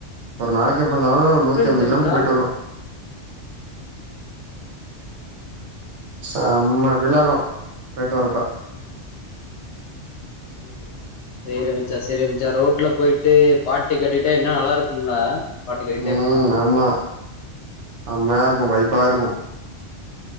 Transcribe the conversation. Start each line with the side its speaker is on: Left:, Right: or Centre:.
Right: ஒரு நாளைக் கி எப்பிட்னாலு
Left: எப்டி
Right: நூத்தி
Left: இருந்துச்சு
Right: அம்பது கிலோமீட்டர்
Left: மச்சா
Right: போய்ட்டு வருவே செம்ம ஃபீலா
Left: ஆ
Right: இருக்கு போய்ட்டு வர்றப்ப
Left: ம் சேரி மச்சா சேரி மச்சா ரோட்ல போயிட்டு பாட்டு கேட்டுட்டே இன்னா நல்லா இருக்கும்ல பாட்டு கேட்டுட்டே
Right: ம்
Left: போனா
Right: ஆமா செமையா இருக்கு வை பா இருக்கு